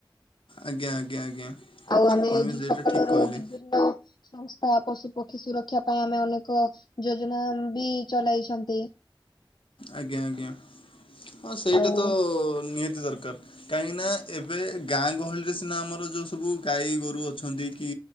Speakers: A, on the left; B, on the left.
A: ଆଜ୍ଞା ଆଜ୍ଞା ଆଜ୍ଞା।
B: ଆଉ ଆମେ
A: ଆପଣ ବି
B: ଯୋଉ
A: ସେଇଟା
B: ସକାଳ
A: ଠିକ୍
B: ର
A: କହିଲେ
B: ବିଭିନ୍ନ ସଂସ୍ଥା ପଶୁପକ୍ଷୀ ସୁରକ୍ଷା ପାଇଁ ଆମେ ଅନେକ ଯୋଜନା ବି ଚଲାଇଛନ୍ତି।
A: ଆଜ୍ଞା ଆଜ୍ଞା ହଁ ସେଇଟା
B: ଆଉ
A: ତ ନିହାତି ଦର୍କାର୍। କାହିଁକି ନା ଏବେ ଗାଁ ଗହଳିରେ ସିନା ଆମର ଯୋଉ ସବୁ ଗାଈ ଗୋରୁ ଅଛନ୍ତି କି